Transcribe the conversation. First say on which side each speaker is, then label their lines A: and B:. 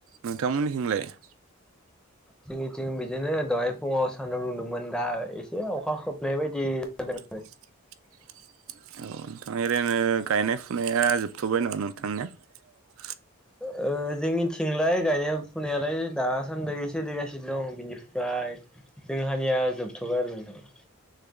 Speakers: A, on the right; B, in the centre.
A: नोंथांमोननिथिंलाय? <inaudible>
B: जोंनिथिं बिदिनो दहाय फुङाव सान्दुं रुंदोंमोन दा एसे अखा खोबनाय बायदि जादों।
A: <inaudible> <unintelligible>
B: ओ ओ जोंनिथिंलाय गायनाय फुनायालाय दासान्दि सोलिगासिनो दं बिनिफ्रा आइ जों हानिया जोबथ'बाय आरो नोंथां